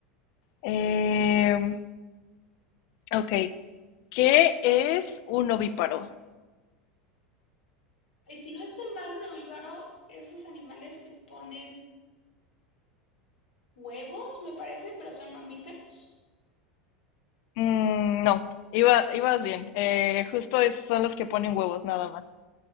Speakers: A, on the left; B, on the left.
A: Eh, ok. ¿Qué es un ovíparo?
B: Y si no estoy mal, un ovíparo es los animales que ponen huevos, me parece, pero son mamíferos.
A: Mm, no, iba, ibas bien. Eh, justo es- son los que ponen huevos, nada más.